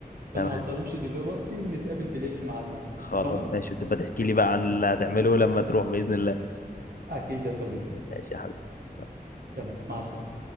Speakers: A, on the right; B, on the left.
A: فانا
B: تمام
A: هضطر امشي دلوقتي ونتقابل بالليل في ميعادنا
B: خلاص
A: اتفقنا
B: ماشي وتبقى تحكي لي بقى عن اللي هتعمله لما تروح باذن الله
A: اكيد يا صديقي
B: ماشي يا حبيبي
A: تمام مع السلامه